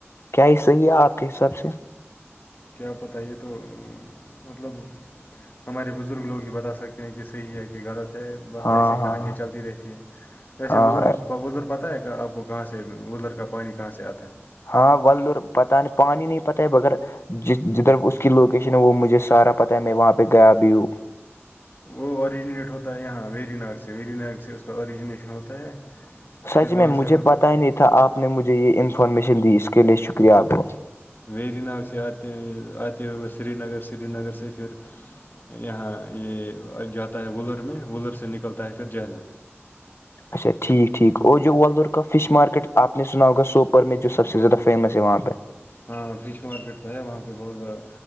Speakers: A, on the left (about 65°); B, on the left (about 45°).
A: کیا ہی صحیح ہے آپ کے حساب سے
B: کیاپت یی تو مطلب ہمارے بزرگ لوگ ہی بتا سکتے ہیں کہ صحیح ہے کہ غلط ہے بس
A: ہاں
B: ایسی
A: ہاں
B: کہانیاں چلتی رہتی ہے ویسے
A: ہاں
B: ول پر پتہ ہے کہ آپ کو کہاں سے ولھر کا پانی کہاں سے آتا ہے
A: ہاں ولر اور پتاہ نہیں پانی نہیں پتا ہے بگر جس جدھر اس کی لوکیشن ہے وہ مجھے سارا پتہ ہے میں وہاں پہ گیا بھی ہوں
B: وہ اوررییجنیٹ ہوتا ہے یہاں ویری نگ سے ویری نگ سے اس کا آیجنیٹ پوچنا ہوتا ہے
A: سچ
B: پھر
A: میں
B: وہاں سے
A: مجھے
B: ہوتے
A: پتہ ہی نہیں تھا آپ نے مجھے یہ انفارمیشن دی اس کے لیے شکریہ آپ کو
B: ویری نگ سے آتے آتے ہوئے بس سری نگر سری نگر سے پھر یہاں یہ جاتا ہے ولر میں ولر سے نکلتا ہے پھر جہلم
A: اچھا ٹھیک ٹھیک اور جو ولور کا فش مارکیٹ آپ نے سنا ہوگا سوپر میں جو سب سے زیادہ فیمس ہے وہاں پہ
B: ہاں فش مارکیٹ تو ہے وہاں پہ بہت بڑا